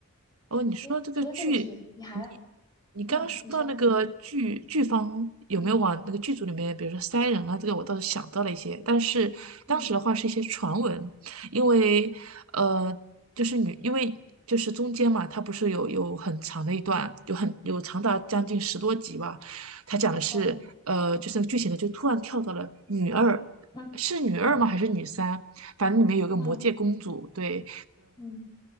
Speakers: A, on the right; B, on the left.
A: 哦，你说这个剧，
B: 哎，除了这个剧，你还
A: 你你刚刚说到那个剧剧方有没有往那个剧组里面，
B: 嗯你说嗯
A: 比如说塞人啊，这个我倒是想到了一些，但是当时的话是一些传闻，
B: 嗯
A: 因为呃，就是女，因为就是中间嘛，它不是有有很长的一段，有很有长达将近十多集吧，它讲的是呃，
B: 啊
A: 就是那个剧情呢，就突然跳到了女二，
B: 嗯
A: 是女二吗？
B: 哦
A: 还是女三？反正里面有个魔界公主，
B: 嗯
A: 对。
B: 嗯